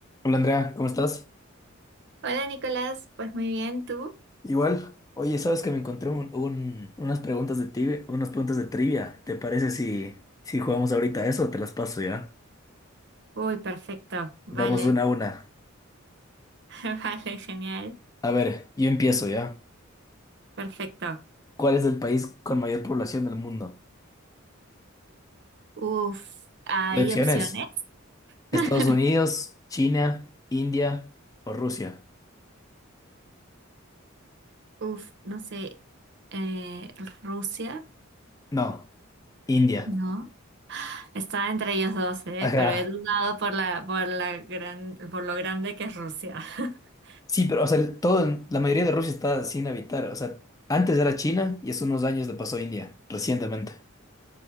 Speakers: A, on the left (about 15°); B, on the right (about 55°).
A: Hola Andrea, ¿cómo estás?
B: Hola Nicolás, pues muy bien, ¿tú?
A: Igual, oye, sabes que me encontré un- un- unas preguntas de tibia- unas preguntas de trivia. ¿Te parece si, si jugamos ahorita a eso? Te las paso ya.
B: Uy, perfecto, vale,
A: Vamos una a una.
B: <laughs> vale, genial,
A: A ver, yo empiezo ya.
B: perfecto.
A: ¿Cuál es el país con mayor población del mundo?
B: Uf, ¿hay
A: Opciones:
B: opciones?
A: Estados
B: <laughs>
A: Unidos, China, India o Rusia.
B: Uf, no sé, eh, Rusia,
A: No, India.
B: ¿no? Estaba entre ellos dos, ¿eh?
A: Ajá.
B: Pero he dudado por la, por la gran, por lo grande que es Rusia. <laughs>
A: Sí, pero o sea, el- todo, en- la mayoría de Rusia está sin habitar. O sea, antes era China y hace unos años le pasó a India, recientemente.